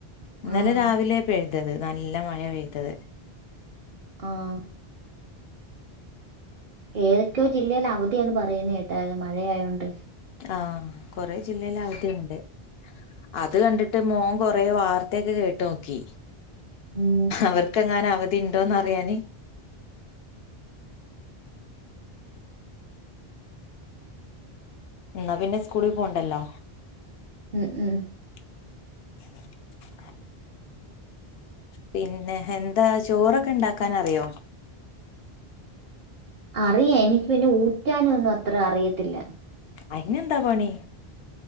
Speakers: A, on the left (about 75°); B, on the right (about 55°).
A: ഇന്നലെ
B: ആഹ്
A: രാവിലെ പെയ്തത് നല്ല മഴ പെയ്തത്
B: ആഹ് - ഏതൊക്കെയോ ജില്ലൽ അവധിയന്ന് പറയുന്നത് കേട്ടരുന്നു മഴയോണ്ട്
A: ആഹ് കൊറെ ജില്ലൽ അവധിയൂണ്ട്- അത് കണ്ടിട്ട് മോൻ കൊറെ വാർത്തയക്കെ കേട്ടു നോക്കി
B: ഉം
A: അവർക്ക് എങ്ങാനും അവധി ഉണ്ടോന്ന് അറിയാന് - എന്നാ പിന്നെ സ്കൂളിൽ പോണ്ടല്ലോ-
B: ഉം ഉം-
A: <unintelligible> പിന്നെ എന്താ ചോറൊക്കെ ഉണ്ടാക്കാൻ അറിയോ?
B: അറിയ എനിക്ക് പിന്നെ ഊറ്റാനൊന്നും അത്ര അറിയത്തില്ല-
A: അയിന് എന്താ പണി-